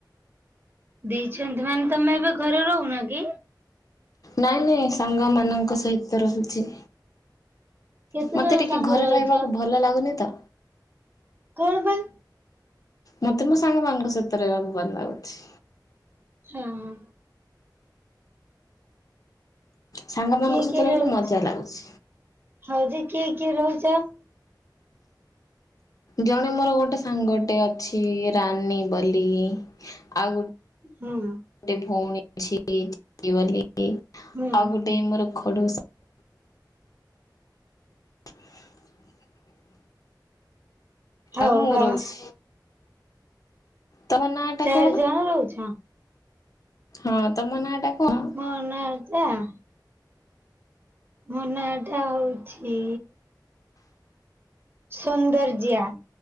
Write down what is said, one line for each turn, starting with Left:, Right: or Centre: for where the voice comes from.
Right: ଦେଇଛନ୍ତି ମାନେ ତମେ ଏବେ ଘରେ ରହୁନ କି?
Left: ନାଇଁ ନାଇଁ ସାଙ୍ଗ ମାନଙ୍କ ସହିତ ରହୁଛି।
Right: କେତେ
Left: ମୋତେ
Right: ଜଣ
Left: ଟିକେ
Right: ସାଙ୍ଗ
Left: ଘରେ
Right: ରହୁଛ
Left: ରହିବାକୁ ଭଲ ଲାଗୁନି ତ।
Right: କଣ ପାଇଁ?
Left: ମୋତେ ମୋ ସାଙ୍ଗମାନଙ୍କ ସହିତ ରହିବାକୁ ଭଲ ଲାଗୁଛି।
Right: ହଁ। ହଁ
Left: ସାଙ୍ଗମାନଙ୍କ
Right: କିଏ
Left: ସହିତ
Right: କିଏ
Left: ରହିଲେ
Right: ରହୁ
Left: ମଜା ଲାଗୁଛି
Right: ହଉ ଯେ କିଏ କିଏ ରହୁଛ? <inaudible>
Left: ଜଣେ ମୋର ଗୋଟେ ସାଙ୍ଗଟେ ଅଛି ରାନୀ ବୋଲି, ଆଉ ଗୋଟେ
Right: ହୁଁ।
Left: ଗୋଟେ ଭଉଣୀ ଅଛି ଦିଦି ବୋଲି
Right: ହୁଁ ହୁଁ
Left: ଆଉ ଗୋଟେ ମୋର ଖଡସ <inaudible>
Right: ହଉ
Left: ଆଉ ମୁଁ
Right: ହଉ
Left: ରହୁଚି। ତମ ନାଁ ଟା
Right: ଚାରି
Left: କଣ
Right: ଜଣ ରହୁଛ
Left: ହଁ ତମ ନାଁ ଟା କଣ?
Right: ମୋ <unintelligible> ମୋ ନାଟା ହେଉଛି ସୌନ୍ଦର୍ଯ୍ୟା।